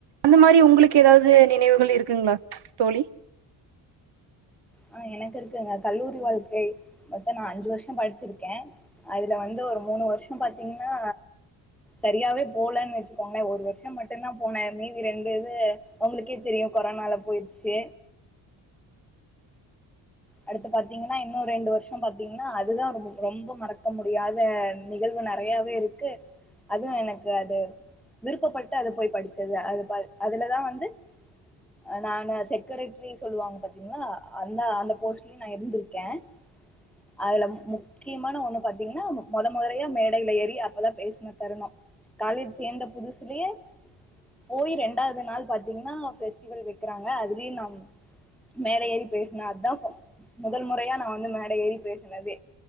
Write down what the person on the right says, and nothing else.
அந்த மாரி உங்களுக்கு ஏதாவது நினைவுகள் இருக்குங்களா தோழி